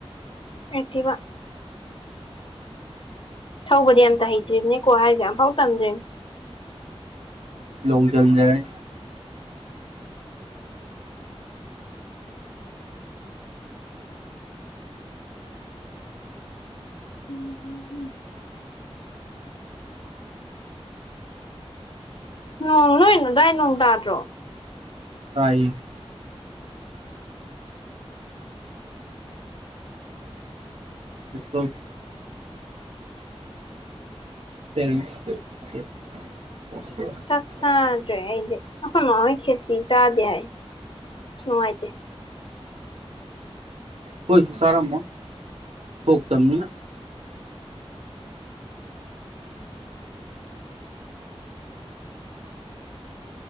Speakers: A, on the left; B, on the right.
A: ꯑꯦꯛꯇꯤꯚ ꯊꯧꯕꯗꯤ ꯑꯝ ꯍꯩꯇ꯭ꯔꯤꯝꯅꯦꯀꯣ ꯍꯥꯏꯔꯤꯁꯦ ꯑꯝꯐꯥꯎ ꯇꯝꯗ꯭ꯔꯤꯕꯅꯦ
B: ꯂꯣꯛꯖꯤꯟꯖꯔꯅꯤ
A: ꯎꯝ ꯅꯣꯡ ꯑꯗꯥꯏ ꯅꯣꯡ ꯇꯥꯗ꯭ꯔꯣ
B: ꯇꯥꯏ ꯏꯣꯇ <inaudible> ꯇꯔꯁꯇꯁꯁ
A: ꯆꯥꯛ
B: <inaudible>
A: ꯆꯥꯗ꯭ꯔꯦ ꯑꯩꯗꯤ ꯑꯩꯈꯣꯏ ꯃꯥ ꯍꯣꯏ ꯈꯦꯠꯁꯤ ꯆꯥꯗꯦ ꯍꯥꯏ ꯅꯨꯡꯉꯥꯏꯇꯦ
B: ꯍꯣꯏꯁꯨ ꯁꯔꯝꯃ ꯐ ꯇꯅꯤ <inaudible>